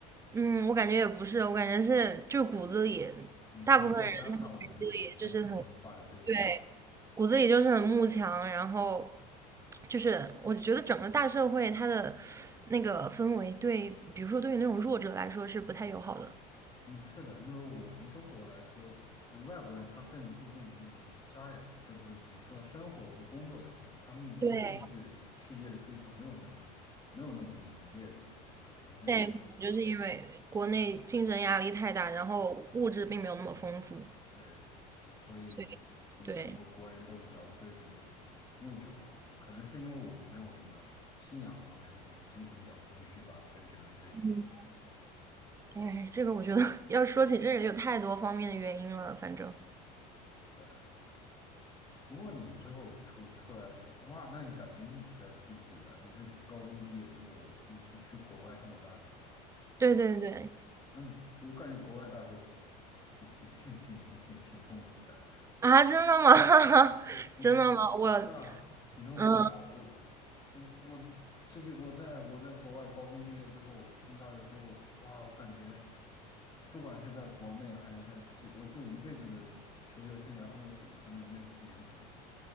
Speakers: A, on the right; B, on the left.
A: 嗯，我感觉也不是，我感觉是就是骨子里，
B: 嗯，
A: 大部分人他们骨子里就是很，
B: 对，再加上我们几千年的文化的堆积。
A: 对，骨子里就是很慕强，然后就是我觉得整个大社会它的那个氛围对，比如说对于那种弱者来说是不太友好的。
B: 嗯，是的，因为我们中国来说，对外国人他更注重那个家人，就不是怎么说呢，生活和工作的平衡，他们对物质世界的追求没有那么没有那么浓烈的那个浓烈的渴望，
A: 对，对，可能就是因为国内竞争压力太大，然后物质并没有那么丰富，
B: 对，呃所以我们国国人都比较追逐物质方面的，
A: 所以对，
B: 可能是因为我们没有什么信仰方面的东西，精神比较空虚吧，所以只能追求物质，
A: 嗯，哎，这个我觉得 <laughs> 要说起这个有太多方面的原因了，反正
B: 对啊。不过你之后出出来是，哇，那你感觉一直在地狱啊？你这高中毕业之后，你是去国外上的大学吗？
A: 对对对
B: 那我感觉国外大学挺挺挺挺挺挺挺痛苦的，
A: 啊，真的吗？<laughs>
B: 挺痛，
A: 真的吗？我
B: 对啊，挺痛苦的啊我
A: 嗯，
B: 我我这边我在我在国外高中毕业之后，我进大学之后，哇，我感觉不管是在国内还是在这，我就一辈子的求学生涯都没有本科那那四年痛苦。